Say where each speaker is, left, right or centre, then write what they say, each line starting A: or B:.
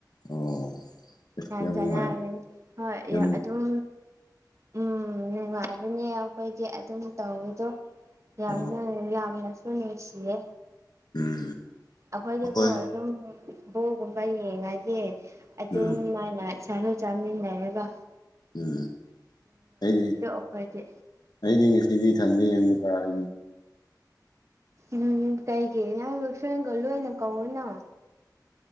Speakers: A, on the left; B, on the right.
A: ꯑꯣ ꯑꯁ
B: ꯌꯥꯝ ꯆꯥꯅꯒꯅꯤ
A: ꯅꯨꯡꯉꯥꯏ
B: ꯍꯣꯏ
A: ꯌꯥꯝ
B: ꯑꯗꯨꯝ ꯎꯝ ꯅꯨꯉꯥꯏꯕꯅꯦ ꯑꯩꯈꯣꯏꯖꯦ ꯑꯗꯨꯝ ꯇꯧꯋꯗꯣ ꯌꯥꯝꯅ
A: ꯑꯣ
B: ꯌꯥꯝꯅꯁꯨ ꯅꯨꯡꯁꯤꯌꯦ
A: ꯎꯝ
B: ꯑꯩꯈꯣꯏꯗꯤꯀꯣ
A: ꯑꯩꯈꯣꯏ
B: ꯑꯗꯨꯝ ꯕꯣꯜ ꯒꯨꯝꯕ ꯌꯦꯡꯉꯗꯤ ꯑꯗꯨꯝ
A: ꯎꯝ
B: ꯃꯥꯏꯅꯥꯥ ꯆꯥꯃꯤꯟꯅꯩꯌꯦꯕꯥ
A: ꯎꯝ ꯑꯩꯗꯤ
B: ꯑꯩꯈꯣꯏꯗꯤ
A: ꯑꯩꯗꯤ ꯉꯁꯤꯗꯤ ꯏꯊꯟꯗꯥ ꯌꯦꯡꯕ ꯇꯥꯔꯦ
B: ꯎꯝ ꯀꯩꯒꯤ ꯅꯪꯖꯨ ꯐꯔꯦꯟꯒꯥ ꯂꯣꯏꯅ ꯀꯧꯑꯣꯅ